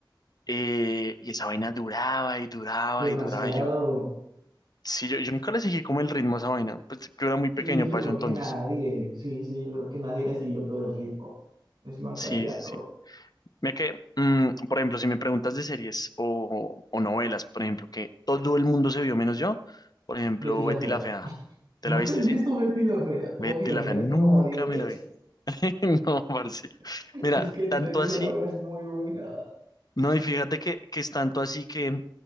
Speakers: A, on the left (about 50°); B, on the right (about 70°).
A: Eh, y esa vaina duraba y duraba
B: demasiado.
A: y duraba. Y yo, sí, yo, yo nunca le seguí como el ritmo a esa vaina. Pues yo era muy
B: Sí,
A: pequeño
B: yo
A: para
B: creo
A: eso entonces.
B: que nadie, sí, sí, yo creo que nadie le siguió todo el ritmo. Les iban
A: Sí,
B: cambiando.
A: sí, sí. Mira que, mm, por ejemplo, si me preguntas de series o, o novelas, por ejemplo, que todo el mundo se vio menos yo, por ejemplo,
B: Betty la
A: Betty
B: Fea.
A: la Fea. ¿Te
B: ¿No
A: la viste,
B: te has visto
A: sí?
B: Betty la Fea? Obvio,
A: Betty la
B: me
A: Fea,
B: la he
A: nunca
B: visto como 10 veces.
A: me la vi. <laughs> No, parce.
B: <laughs>
A: Mira,
B: Es que en
A: tanto
B: serio
A: así,
B: esa novela es muy buena,
A: no, y fíjate que, que es tanto así que